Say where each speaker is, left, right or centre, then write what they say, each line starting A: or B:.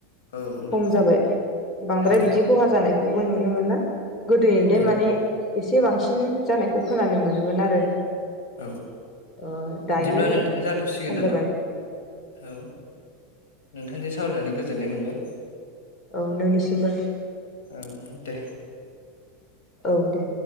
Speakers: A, on the left (about 75°); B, on the left (about 30°).
A: औ
B: खम
A: नंगौ
B: जाबाय बांद्राय
A: औ
B: बिदि खहा जानायखौबो नुनो मोनला। गोदोयैनदेन
A: औ
B: माने एसे बांसिन जानायखौ खोनानो मोनोमोन आरो।
A: औ
B: ओ दायो
A: बिदिब्ला नोंथां जाथ'सिगोन
B: खम
A: नामा
B: जाबाय
A: औ। नोंथांजों सावरायनानै गोजोननाय मोनबाय।
B: औ नोंनिसिमबो।
A: औ दे।
B: औ दे।